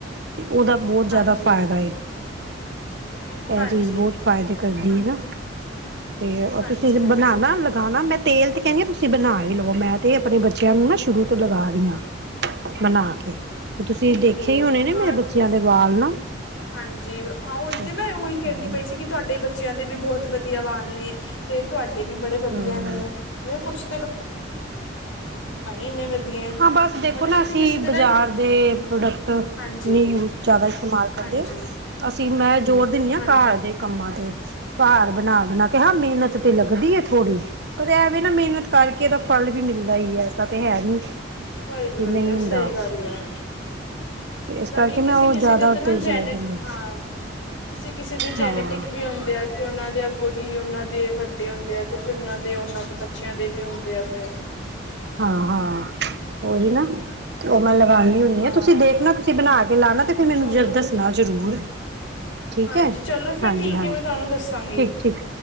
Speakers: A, on the right (about 60°); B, on the left (about 85°).
A: ਤੇ ਉਹਦਾ ਬਹੁਤ ਜ਼ਿਆਦਾ
B: ਹਾਂਜੀ
A: ਫਾਇਦਾ ਏ
B: <inaudible>
A: ਇਹ
B: ਹਾਂਜੀ
A: ਚੀਜ਼ ਬਹੁਤ ਫਾਇਦੇ ਕਰਦੀ ਹੈ ਨਾ ਤੇ
B: ਹਾਂਜੀ
A: ਤੁਸੀਂ ਹਜੇ
B: ਹਾਂਜੀ
A: ਬਣਾਣਾ ਲਗਾਣਾ ਮੈਂ ਤੇਲ ਤੇ ਕਹਿੰਦੀ ਆ ਤੁਸੀਂ ਬਣਾ ਹੀ ਲਓ ਮੈਂ ਤੇ ਆਪਣੇ ਬੱਚਿਆਂ ਨੂੰ ਨਾ ਸ਼ੁਰੂ ਤੋਂ ਲਗਾ ਰਹੀ ਆ ਬਣਾ ਕੇ ਤੇ ਤੁਸੀਂ
B: ਠੀਕ
A: ਦੇਖੇ
B: ਏ
A: ਹੀ ਹੋਣੇ ਨੇ
B: ਹਾਂ
A: ਮੇਰੇ ਬੱਚਿਆਂ
B: ਤੇ
A: ਦੇ ਵਾਲ ਨਾ
B: ਹਾਂਜੀ ਹਾਂ ਉਹੀ ਤੇ
A: ਹਮ
B: ਮੈਂ ਕਹਿੰਦੀ ਪਈ ਸੀ ਕਿ ਤੁਹਾਡੇ ਬੱਚਿਆਂ ਦੇ ਵੀ ਬਹੁਤ ਵਧੀਆ ਵਾਲ ਨੇ ਤੇ ਤੁਹਾਡੇ ਵੀ ਬੜੇ ਵਧੀਆ
A: ਹਮ
B: ਨੇ ਮੈਂ ਕੁੱਛ ਇੰਨੇ ਵਧੀਆ ਹੈ
A: ਹਾਂ ਬਸ ਦੇਖੋ
B: ਉਹ
A: ਨਾ
B: ਕਿਸੇ
A: ਅਸੀਂ
B: ਕਿਸੇ ਦੇ
A: ਬਜ਼ਾਰ
B: ਨਾ
A: ਦੇ ਪ੍ਰੋਡਕਟ
B: ਹਾਂਜੀ
A: ਨੀ ਯੂਜ ਜ਼ਿਆਦਾ ਇਸਤੇਮਾਲ ਕਰਦੇ
B: ਹਾਂਜੀ
A: ਅਸੀਂ ਮੈਂ ਦੇਨੀ ਆ
B: ਹਾਂਜੀ
A: ਘਰ ਦੇ ਕੰਮਾਂ ਤੇ ਘਰ ਬਣਾ- ਬਣਾ ਕੇ, ਹਾਂ ਮਿਹਨਤ ਤੇ ਲੱਗਦੀ ਏ ਥੋੜ੍ਹੀ। ਪਰ ਐਵੇਂ ਨਾ ਮਿਹਨਤ ਕਰਕੇ ਤਾਂ ਫਲ ਵੀ ਮਿਲਦਾ ਹੀ, ਐਸਾ ਤੇ ਹੈ ਨੀ
B: ਬਿਲਕੁਲ
A: ਕਿ ਨਹੀਂ
B: ਤਾਂ
A: ਹੁੰਦਾ।
B: ਸਹੀ ਗੱਲ ਹੈ
A: ਇਸ
B: ਬਾਕੀ
A: ਕਰਕੇ ਮੈਂ
B: ਕਿਸੇ-
A: ਉਹ
B: ਕਿਸੇ
A: ਜ਼ਿਆਦਾ
B: ਦੇ ਤਾਂ
A: ਉੱਤੇ
B: ਨਾ ਜੈਨੇ,
A: ਜ਼ੋਰ ਦਿੰਦੀ
B: ਹਾਂ ਕਿਸੇ- ਕਿਸੇ ਦੇ ਜੈਨੇਟਿਕ
A: ਹਾਂ
B: ਵੀ ਹੁੰਦੇ ਆ। ਉਹਨਾ ਦੇ ਅੱਗੇ ਦੀ ਉਹਨਾਂ ਦੇ ਵੱਡੇ ਹੁੰਦੇ ਆ। ਤੇ ਫਿਰ ਉਹਨਾਂ ਦੇ ਉਹਨਾਂ ਦੇ ਬ ਬੱਚਿਆਂ ਦੇ ਵੀ ਹੁੰਦੇ ਆ ਫਿਰ।
A: ਹਾਂ-ਹਾਂ। ਉਹੀ ਨਾ, ਤੇ ਉਹ ਮੈਂ ਲਗਾਨੀ ਹੁਨੀ
B: ਹਾਂ
A: ਆਂ, ਤੁਸੀਂ ਦੇਖਣਾ ਤੁਸੀਂ ਬਣਾ ਕੇ ਲਾਣਾ ਤੇ ਫਿਰ ਮੈਨੂੰ
B: ਚਲੋ
A: ਦੱਸਣਾ ਜ਼ਰੂਰ ਠੀਕ
B: ਹਾਂਜੀ
A: ਹੈ,
B: ਚਲੋ ਫਿਰ
A: ਹਾਂਜੀ-
B: ਠੀਕ
A: ਹਾਂਜੀ,
B: ਹੈ ਮੈਂ ਤੁਹਾਨੂੰ ਦੱਸਾਂਗੀ
A: ਠੀਕ- ਠੀਕ,